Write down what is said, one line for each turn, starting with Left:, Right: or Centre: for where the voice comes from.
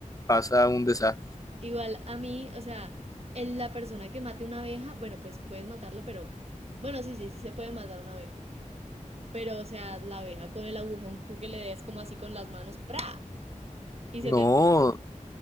Left: pasa un desastre.
Right: igual a mí, o sea, el- la persona que mate una abeja, bueno, pues puedes matarlo, pero... Bueno, sí, sí, sí se puede matar una abeja. Pero, o sea, la abeja con el agujón, tú que le des como así con las manos, ¡pra! Y
Left: No,
Right: se te...